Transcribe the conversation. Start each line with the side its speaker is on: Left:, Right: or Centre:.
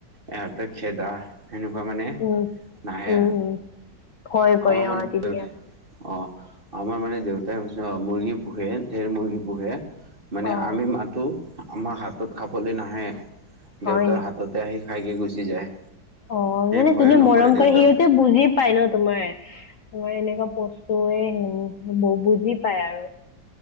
Right: ইহঁতে খেদা। সেনেকুৱা মানে
Left: উম
Right: নাহে
Left: উম
Right: আৰ
Left: উম ভয় কৰে
Right: অহ, মা
Left: অ তেতিয়া
Right: অহ, আমাৰ মানে হৈছে অহ, দেউতাই মুৰ্গী পোহে ঢেৰ মুৰ্গী পোহে। মানে
Left: অ
Right: আমি মাতো, আমাৰ হাতত খাবলে নাহে,
Left: হয়
Right: দেউতাৰ হাততে আহি খায়হি গুচি যায়।
Left: অহ, মানে
Right: ভয়ে
Left: যোনে
Right: নকৰে
Left: মৰম
Right: দেউতাৰ
Left: কৰে সিহঁতে বুজি পাই ন' তোমাৰ, তোমাৰ এনেকুৱা বস্তুৱে বুজি পায় আৰু।